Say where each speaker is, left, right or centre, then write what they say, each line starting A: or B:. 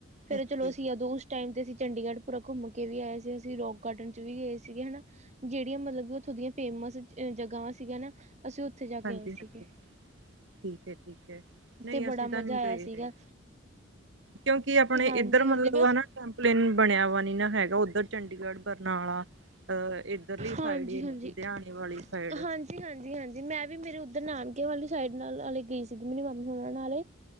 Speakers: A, on the right; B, on the right.
A: ਫੇਰ
B: ਓਕੇ
A: ਚਲੋ ਅਸੀਂ ਜਦੋਂ ਉਸ ਉਸ ਟਾਈਮ ਤੇ ਅਸੀਂ ਚੰਡੀਗੜ੍ਹ ਪੂਰਾ ਘੁੰਮ ਕੇ ਵੀ ਆਏ ਸੀ ਅਸੀਂ ਰੋਕ ਗਾਰਡਨ ਚ ਵੀ ਗਏ ਸੀਗੇ ਹਨਾ ਜਿਹੜੀਆਂ ਮਤਲਬ ਕਿ ਉੱਥੋਂ ਦੀਆਂ ਫੇਮਸ ਜਗ੍ਹਾ ਸੀਗੀਆਂ ਨਾ ਅਸੀਂ ਜਾ ਕੇ
B: ਹਾਂਜੀ
A: ਆਏ
B: ਹਾਂਜੀ
A: ਸੀਗੇ
B: ਠੀਕ ਹੈ ਠੀਕ ਹੈ। ਨਹੀਂ
A: ਤੇ ਬੜਾ
B: ਅਸੀਂ
A: ਮਜ਼ਾ
B: ਤਾਂ ਨਹੀਂ
A: ਆਇਆ
B: ਗਏ
A: ਸੀਗਾ
B: ਹੈ ਕਿਉਂਕਿ ਆਪਣੇ
A: ਹਾਂਜੀ
B: ਇੱਧਰ ਮਤਲਬ
A: ਹਾਂਜੀ ਬਸ
B: ਹੈ ਨਾ ਕੰਪਲੇਨ ਬਣਿਆ ਵਾ ਨੀ ਨਾ ਹੈਗਾ ਉੱਧਰ ਚੰਡੀਗੜ੍ਹ ਬਰਨਾਲਾ ਅ ਇੱਧਰਲੀ ਸਾਈਡ
A: ਹਾਂਜੀ
B: ਹੀਨ
A: ਹਾਂਜੀ
B: ਲੁਧਿਆਣੇ ਵਾਲੀ ਸਾਈਡ।
A: ਹਾਂਜੀ ਹਾਂਜੀ ਹਾਂਜੀ ਮੈਂ ਵੀ ਮੇਰੇ ਉੱਧਰ ਨਾਨਕੇ ਵਾਲੀ ਸਾਈਡ ਨਾਲੇ ਗਈ ਸੀਗੀ ਮੇਰੀ ਮਾਮੀ ਸੋ ਨਾਲੇ